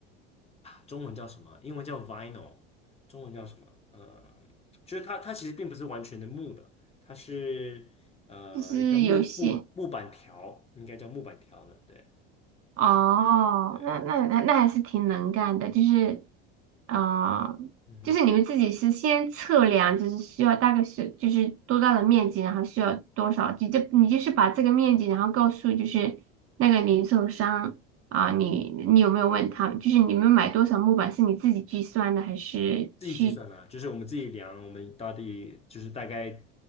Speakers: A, on the left; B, on the right.
A: 中文叫什么？英文叫 vinyl，中文叫什么？呃，就是它它其实并不是完全的木的，它是呃像木木木板条，
B: 就是有些。
A: 应该叫木板条的，对
B: 哦，
A: 对，
B: 那那那那还是挺能干的，就是啊、呃就是你们自己是先测量，
A: 嗯哼。
B: 就是需要大概是就是多大的面积，然后需要多少，你就你就是把这个面积，然后告诉就是那个零售商啊、你你有没有问他，就是你们买多少木板是你自己计算的还是去？
A: 自己计算的，就是我们自己量，我们到底就是大概